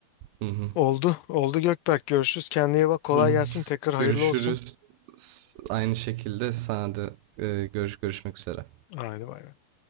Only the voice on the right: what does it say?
Hı hı.
Hı hı.
Görüşürüz.
S- Aynı şekilde sana da e, görüş görüşmek üzere.